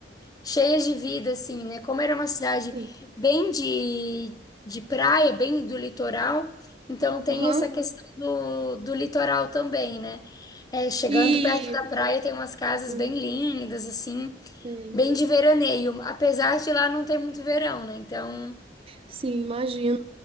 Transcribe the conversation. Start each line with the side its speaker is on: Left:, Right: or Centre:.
Left: cheias de vida, assim, né? Como era uma cidade
Right: Sim.
Left: bem de, de praia, bem do litoral, então tem
Right: Aham.
Left: essa questão do, do litoral também, né? É, chegando
Right: E...
Left: perto da praia tem umas casas
Right: hum,
Left: bem lindas, assim.
Right: sei.
Left: Bem de veraneio, apesar de lá não ter muito verão, né? Então,
Right: Sim, imagino.